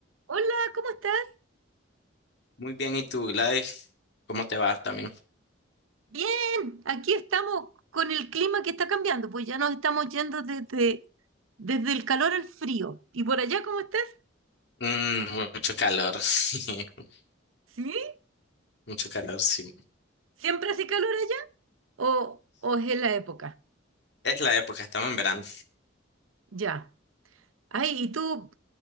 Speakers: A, on the right (about 85°); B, on the left (about 55°).
A: Hola, ¿cómo estás?
B: Muy bien, ¿y tú, Gladys? ¿Cómo te va también?
A: Bien, aquí estamos con el clima que está cambiando, pues ya nos estamos yendo desde, desde el calor al frío. ¿Y por allá cómo estás?
B: Mm, mucho calor, <laughs>
A: ¿Sí?
B: mucho calor, sí.
A: ¿Siempre hace calor allá? ¿O, o es en la época?
B: Es la época, estamos en verano.
A: Ya. Ay, ¿y tú